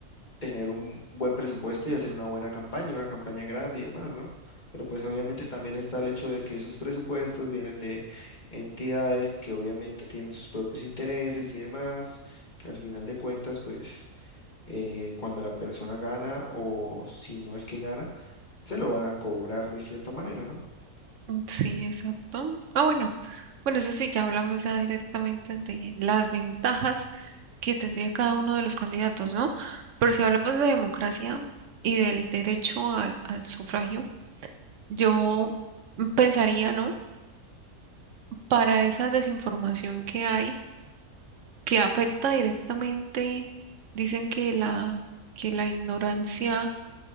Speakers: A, on the left; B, on the right.
A: tener un buen presupuesto y hacer una buena campaña, una campaña grande y demás, ¿no? Pero pues obviamente también está el hecho de que esos presupuestos vienen de entidades que obviamente tienen sus propios intereses y demás, que al final de cuentas, pues eh, cuando la persona gana o si no es que gana, se lo van a cobrar de cierta manera, ¿no?
B: ujú. Sí, exacto. Ah, bueno. Bueno, eso sí, ya hablamos ya directamente de las ventajas que tendría cada uno de los candidatos, ¿no? Pero si hablamos de democracia y del derecho al, al sufragio, yo pensaría, ¿no? Para esa desinformación que hay, que afecta directamente, dicen que la, que la ignorancia